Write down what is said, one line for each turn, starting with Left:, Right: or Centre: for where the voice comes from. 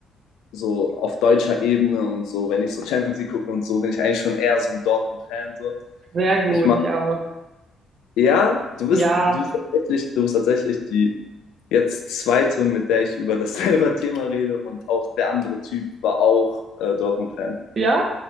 Left: so auf deutscher Ebene und so, wenn ich so Champions League gucke und so, bin ich eigentlich schon eher so ein Dortmund-Fan. So.
Right: sehr gut,
Left: Ich mag
Right: ich auch.
Left: Ja, du bist,
Right: Ja,
Left: du bist tatsächlich, du bist tatsächlich die jetzt zweite, mit der ich über dasselbe <laughs> Thema rede und auch der andere Typ war auch äh, Dortmund-Fan.
Right: ja,